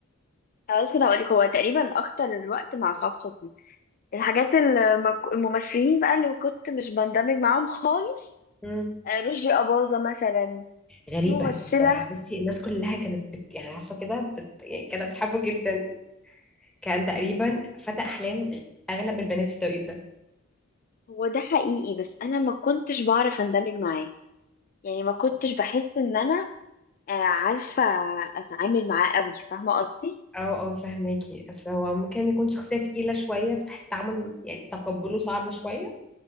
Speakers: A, on the left (about 45°); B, in the centre.
A: خلاص كده هقولك هو تقريبا اكتر الوقت مع سعاد حسني الحاجات اللي ما ك- الممثلين بقى اللي كنت مش بندمج معاهم خالص
B: مم.
A: آه، رشدي أباظة مثلا
B: غريبة
A: في ممثلة
B: آه، بصي الناس كلها كانت بت... يعني عارفة كده بت... يعني كانت بتحبه جدا كان تقريبا فتى أحلام أغلب البنات في التوقيت ده
A: هو ده حقيقي بس أنا ما كنتش بعرف أندمج معاه يعني ما كنتش بحس إن أنا آه، عارفة أتعامل معاه قوي فاهمة قصدي؟
B: اه اه فهماكي فهو ممكن يكون شخصية تقيلة شوية بتحس تعامل يعني تقبله صعب شوية